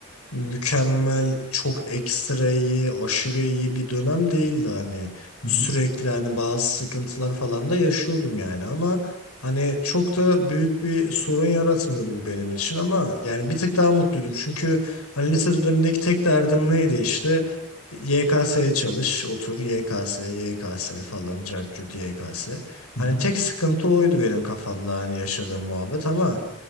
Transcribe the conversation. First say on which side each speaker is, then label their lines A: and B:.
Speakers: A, on the left (about 80°); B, on the left (about 65°).
A: mükemmel, çok ekstra iyi, aşırı iyi bir dönem değildi hani.
B: Hı
A: Sürekli
B: hı,
A: hani bazı sıkıntılar falan da yaşıyordum yani ama hani çok da büyük bir sorun yaratmıyordu bu benim için ama yani bir tık daha mutluydum. Çünkü hani lise dönemindeki tek derdim neydi işte YKS'ye çalış, otur YKS, YKS falan, cart curt YKS.
B: hı
A: Hani
B: hı,
A: tek sıkıntı oydu benim kafamda hani yaşadığım muhabbet ama